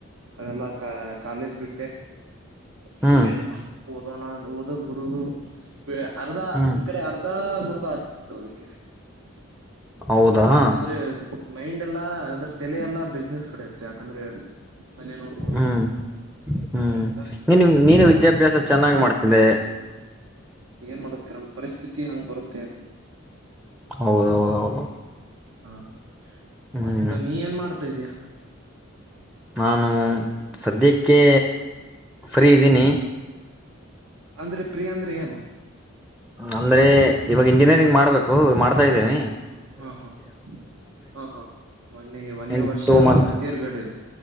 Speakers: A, on the right; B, in the centre.
A: ಅದೆಲ್ಲ, ಕ ಕಾಲೇಜ್ ಬಿಟ್ಟೆ. <unintelligible> ಸುಮ್ಮನೆ.
B: ಹ್ಮ್
A: <unintelligible> ಓದೋಣ, ಓದದ್ ಬಿಡುದು. <inaudible> ಅರ್ಧಾ,
B: ಹ್ಮ್
A: ಇಕಡೆ ಅರ್ಧಾ. <unintelligible> ಮೂರ್ತ, ಆಗ್ತಿತ್ತು ಅದಕ್ಕೆ. <unintelligible>
B: ಹೌದಾ... <inaudible>
A: ಅಂದ್ರೆ... <inaudible> ಮೈಂಡ್, ಎಲ್ಲಾ ಅಂದ್ರೆ ತೇಲಿಯಾನ, ಎಲ್ಲಾ ಬಿಸ್ನೆಸ್ ಕಡೆ ಇರುತ್ತೆ ಯಾಕಂದ್ರೆ? <inaudible> ನೋಡ್ಕೊಳುದು
B: ಹ್ಮ್, ಹ್ಮ್,
A: ಹಂಗಾಯ್ತಾ
B: ನೀನು ನೀನು ವಿದ್ಯಾಭ್ಯಾಸ ಚೆನ್ನಾಗಿ ಮಾಡ್ತ... <inaudible> ತಿದ್ದೆ... <inaudible>
A: ಏನ್, ಮಾಡ ಕಿರಣ್ ಪರಿಸ್ಥಿತಿ ಹಂಗ್ ಬರುತ್ತ. <inaudible>
B: ಹೌದೌದು! ಹೌದು. <unintelligible>
A: ಹಾ, ಹಾ. <inaudible>
B: ಹ್ಮ್
A: ಮತ್ತ, ನೀ ಏನ್ ಮಾಡ್ತಾ, ಇದಯ. <unintelligible>
B: ನಾನು ಸದ್ಯಕ್ಕೆ ಫ್ರೀ ಇದ್ದೀನಿ
A: ಅಂದ್ರೆ ಪ್ರಿಯಾ ಅಂದ್ರೆ ಏನು
B: ಅಂದ್ರೆ ಇವಾಗ ಇಂಜಿನಿಯರಿಂಗ್ ಮಾಡ್ಬೇಕು ಮಾಡ್ತಾ ಇದ್ದೇನಿ
A: ಹ್ಮ್ ಹ್ಮ್ ಹಾ ಹಾ ಮೊನ್ನೆ ಮೊನ್ನೆ
B: ಇನ್
A: ವರ್ಷ
B: ಟೂ ಮಂತ್ಸ್
A: ತೇರ್ಗಡೆ ಇದೆ